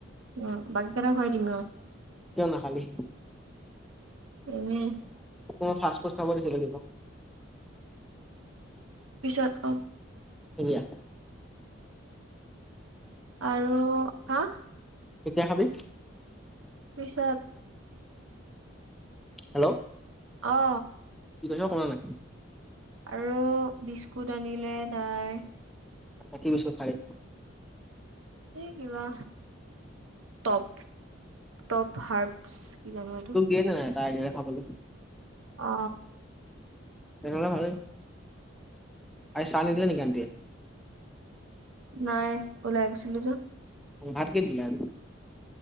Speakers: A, on the right (about 80°); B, in the centre.
A: অ বাকি কেইটকা ঘূৰাই দিম ৰ
B: কিয় নাখালি?
A: এনেই
B: তোক ফাষ্টফুড খাব দিছিলো কিবা
A: পিছত কম
B: বৰিয়া
A: আৰু আহ
B: কেতিয়া খাবি
A: পিছত
B: হেল্ল
A: অ
B: কি কৈছ শুনা নাই
A: আৰু বিস্কুট আনিলে তাই
B: তাই কি বিস্কুট খাই
A: এই কিবা টপ টপ হাৰ্পছ কি নাম এইটো
B: দিয়া না এটা আজি খাবলৈ
A: অ
B: তেনেহলে ভালেই আজি চাহ নিদিলে নেকি আনটিয়ে
A: নাই ওলাই গৈছিলো যে
B: ভাত কে দিলে আজি